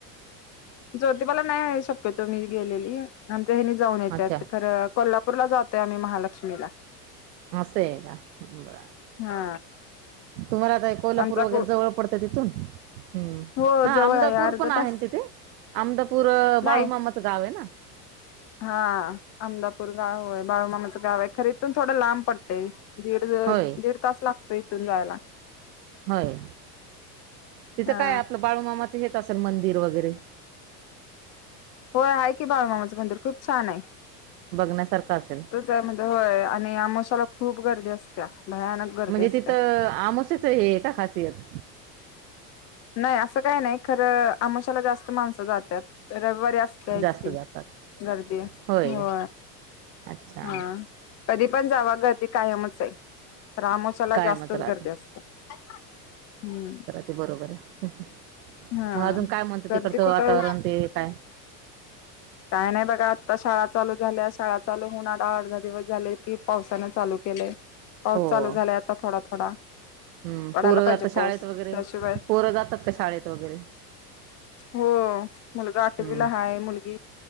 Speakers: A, on the left; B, on the right.
A: ज्योतीबाला नाही शक्यतो मी गेलेली आमच्या हेनि जाऊन येतात
B: अच्छा
A: खरं कोल्हा पूरला जातोय आम्ही महालक्ष्मीला.
B: असंय का बर.
A: हा
B: तुम्हाला आता कोल्हापूर
A: आमचा
B: वगैरे जवळ पडतें तिथून. हम्म,
A: हो
B: हा
A: जवळ
B: अमदापूर
A: आहे अर्धा
B: पण आहे
A: तास
B: ना तिथे अमदापूर
A: नाही
B: बाळूमामाचं गाव आहे ना?
A: हा अमदापूर गाव आहे. बाळूमामाचं गाव आहे. खर इथून थोडं लांब पडतय. दीड,
B: होय
A: दीड तास लागतो इथून जायला.
B: होय, तिथं
A: हा
B: काय आपलं बाळूमामाच हेच असेल मंदिर वगैरे
A: होय, आहे की बाळू मामाचं मंदिर खूप छान आहे.
B: बघण्यासारखं असेल.
A: हो आणि आमोशाला खूप गर्दी असत्या भयानक गर्दी
B: म्हणजे
A: असत्या
B: तिथं अमोसेच हे का खासियत
A: नाही असं काही नाही खरं आमशाला जास्त माणसं जातात रविवारी च
B: जास्त
A: की
B: जातात
A: गर्दी
B: होय
A: हो
B: अच्छा
A: हा कधी पण जाव गर्दी कायमच आहे रामोशाला
B: कायमच
A: जास्तच
B: राहते
A: गर्दी असते हम्म
B: ते बरोबर आहे
A: हा
B: मग अजून काय म्हणत
A: गर्दी
B: तिकडचं
A: कुठं
B: वातावरण ते काय
A: काय नाही बघा आत्ता शाळा चालू झाल्या शाळा चालू होन आा अर्धा दिवस झाले की पावसानं चालू केले पाऊस
B: हो
A: चालू झालाय आता थोडा थोडा
B: हम्म
A: पडायला
B: पोरं
A: पाहिजे
B: आता
A: पाऊस
B: शाळेत वगैरे
A: त्याशिवाय
B: पोरं जातात का शाळेत वगैरे
A: हो मुलगा
B: हम्म
A: आठवीला हाय मुलगी